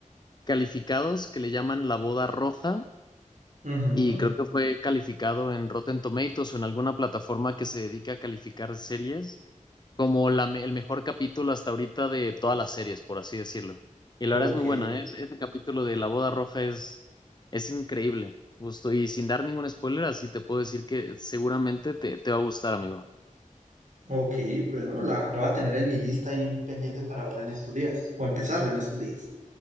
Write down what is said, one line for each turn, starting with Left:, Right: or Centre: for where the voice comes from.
Left: calificados, que le llaman La Boda Roja,
Right: ujú,
Left: y creo que fue calificado en Rotten Tomatoes o en alguna plataforma que se dedica a calificar series, como la, me- el mejor capítulo hasta ahorita de todas las series, por así decirlo. Y la
Right: Ok,
Left: verdad es muy buena, ¿eh? Ese ese capítulo de La Boda Roja es, es increíble, justo. Y sin dar ningún spoiler, así te puedo decir que seguramente te, te va a gustar, amigo.
Right: Ok, bueno, la, la voy a tener en mi lista ahí pendiente para verla en estos días, o empezarla en estos días.